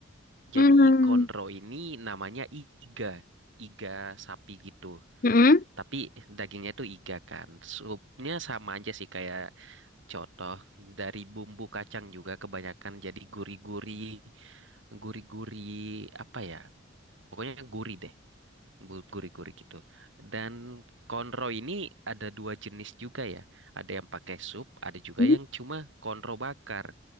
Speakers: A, on the left; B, on the right.
A: Hmm.
B: Jadi konro ini namanya iga, iga sapi gitu.
A: Mm-mm.
B: Tapi dagingnya itu iga kan. Supnya sama aja sih kayak contoh dari bumbu kacang juga kebanyakan jadi gurih-gurih, gurih-gurih apa ya? Pokoknya gurih deh, bu- gurih-gurih gitu. Dan konro ini ada dua jenis juga ya. Ada yang pakai sup, ada juga
A: Hmm.
B: yang cuma konro bakar.